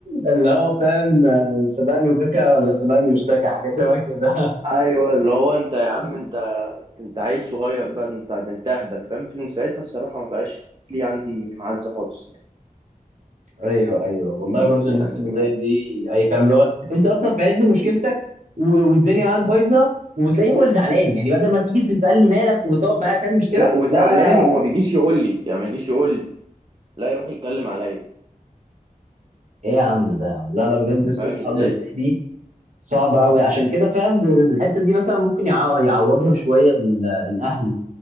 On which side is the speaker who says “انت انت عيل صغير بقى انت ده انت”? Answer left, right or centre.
Right